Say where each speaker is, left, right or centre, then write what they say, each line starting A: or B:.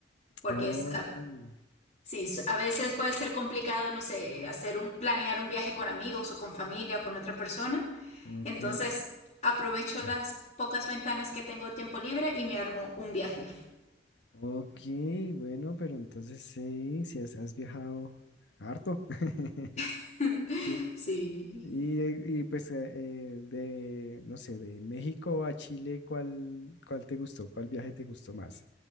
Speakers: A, on the left; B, on the left.
A: porque
B: o-
A: es, ah,
B: oh,
A: Sí, s- a veces puede ser complicado, no sé, hacer un, planear un viaje con amigos o con familia o con otra persona.
B: ok,
A: Entonces, aprovecho
B: <clears throat>
A: las pocas ventanas que tengo de tiempo libre y me armo un viaje.
B: ok, bueno, pero entonces sí, si has, has viajado harto, <laughs>
A: <laughs>
B: sí,
A: Sí.
B: y, eh, y pues eh, eh, de, no sé, de México a Chile, ¿cuál, cuál te gustó? ¿Cuál viaje te gustó más?